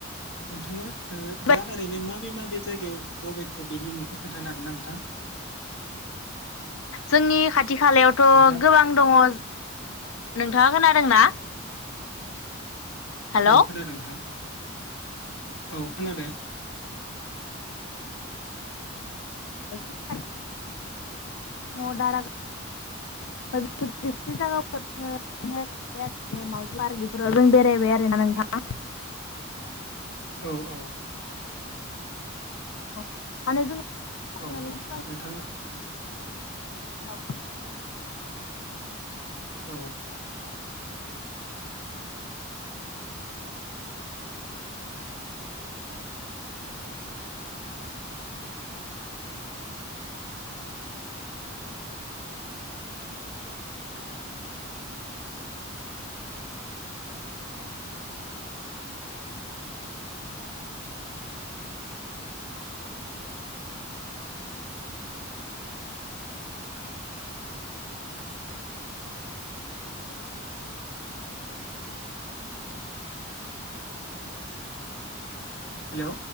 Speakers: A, on the left (about 55°); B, on the left (about 75°).
A: नोंथाङा
B: बेबायदि
A: दा ओरैनो माबे माबे जायगायाव दावबायथाव बेनि मुंखौ खोन्थानो हागोन नोंथां
B: जोंनि खाथि खालायावथ'
A: नोंथां
B: गोबां दङ नों नोंथाङा खोनादोंना? हेलौ
A: औ खोनादों नोंथां औ खोनादों।
B: <inaudible> द दारागाव दङ बेफोर बेफोरदि जायगाफोर बेरायबाय आरो मावजि पारक बेफोराव जों बेरायबाय आरोना नोंथां।
A: औ औ
B: अ माने जों थांनानै
A: औ
B: <unintelligible>
A: नोंथांना
B: उनाव उनाव लाफा
A: औ। ओम हेलौ।